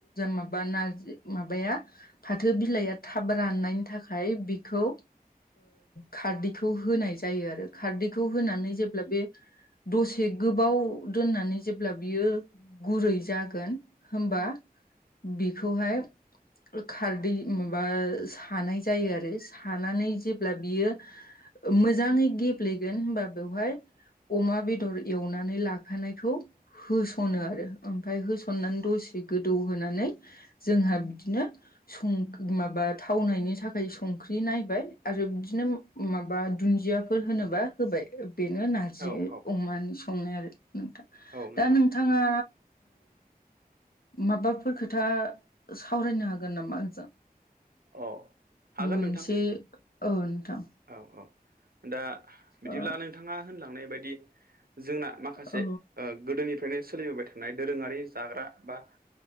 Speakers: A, on the left; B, on the right.
A: माबा नारजि माबाया फाथो बिलाइया थाब राननायनि थाखाय बेखौ खारदैखौ होनाय जायो आरो खारदैखौ होनानै जेब्ला बे दसे गोबाव दोननानै जेब्ला बियो गुरै जागोन हबा बेखौहाय खारदै माबा सानाय जायो आरो सानानै जेब्ला बियो मोजाङै गेब्लेगोन होनबा बेवहाय अमा बेदर एवनानै लाखानायखौ होसनो आरो ओमफफ्राय होसननानै दसे गोदौहोनानै जोंहा बिदिनो सं माबा थावनायनि थाखाय संख्रि नायबाय आरो बिदिनो माबा दुन्दियाफोर होनोबा होबाय बेनो नारजि
B: औ
A: अमानि संनाय आरो नोंथां
B: औ नोंथां
A: दा नोंथ बिथाङा माबाफोर खोथा सावरायनो हागोन नामा आंजों
B: अ हागोन
A: मोनसे
B: नोंथां
A: औ नोंथां
B: औ औ दा बिदिब्ला
A: ओ
B: नोंथाङा होनलांनाय बायदि जोंना माखासे
A: औ
B: गोदोनिफ्रायनो सोलिबोबाय थायो थानाय दोरोङारि जाग्रा बा